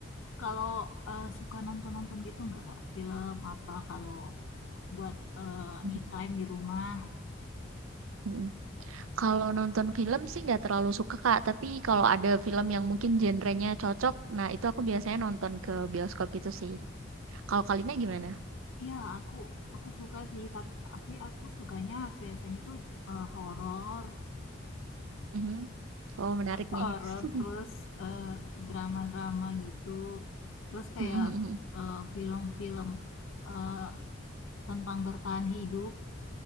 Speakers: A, on the left; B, on the right.
A: Kalau eh, suka nonton-nonton gitu nggak Kak? Film apa kalau buat eh,
B: Mhm.
A: me time di rumah?
B: Mhm. Kalau nonton film sih nggak terlalu suka Kak, tapi kalau ada film yang mungkin genrenya cocok, nah itu aku biasanya nonton ke bioskop gitu sih. Kalau Kalina gimana?
A: Iya, aku aku suka sih, tap- tapi aku sukanya biasanya tuh eh, horor,
B: Mhm. Oh menarik
A: horor
B: nih. <laughs>
A: terus eh, drama-drama gitu. Terus kayak
B: Mhm.
A: eh, film-film eh, tentang bertahan hidup